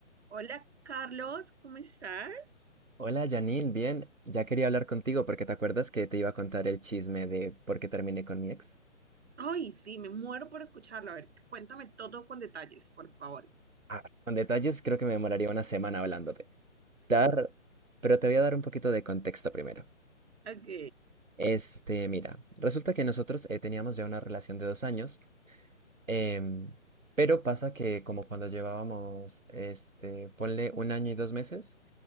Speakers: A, on the right; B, on the right.
A: Hola Carlos, ¿cómo estás?
B: Hola Janine, bien, ya quería hablar contigo porque te acuerdas que te iba a contar el chisme de por qué terminé con mi ex.
A: Ay, sí, me muero por escucharlo. A ver, cuéntame todo con detalles, por favor.
B: Ah, con detalles creo que me demoraría una semana hablándote. Dar, pero te voy a dar un poquito de contexto primero.
A: Ok.
B: Este, mira, resulta que nosotros eh, teníamos ya una relación de dos años, em, pero pasa que como cuando llevábamos, este, ponle un año y dos meses,